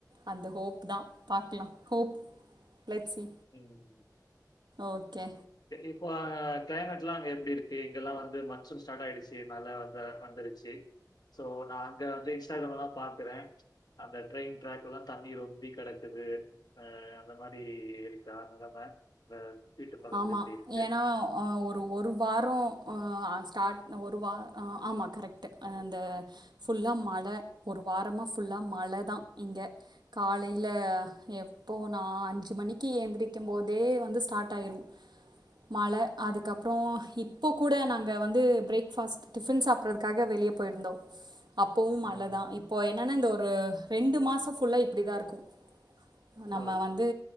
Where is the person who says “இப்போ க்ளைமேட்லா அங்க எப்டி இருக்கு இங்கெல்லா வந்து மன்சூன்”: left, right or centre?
Left